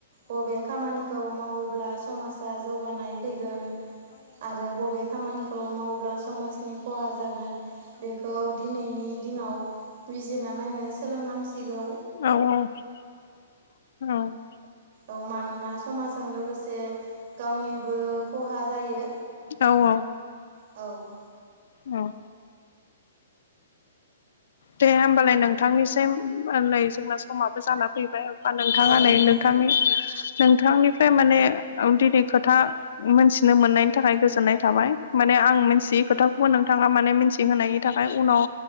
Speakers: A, on the right; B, on the left.
A: बबे खामानिखौ मावोब्ला समाजा जौगानाय फैगोन आरो बबे खामानिखौ मावोब्ला समाजनि खहा जागोन बेखौ दिनैनि दिनाव बिजिरना नायनो सोलोंनांसिगौ
B: औ औ औ
A: औ मानोना समाजजों लोगोसे गावनिबो खहा जायो।
B: औ औ
A: औ
B: औ दे होमबालाय नोंथांनिसम नै जोंना समाबो जान फैबाय बा नोंथांङा
A: औ नोंथां।
B: नै नोंथांनि नोंथांनिफ्राय माने दिनै खोथा मिथिनो मोननायनि थाखाय गोजोननाय थाबाय। माने आं मिथियै खोथाखौबो नोंथांङा माने मिथिहोनायनि थाखाय उनाव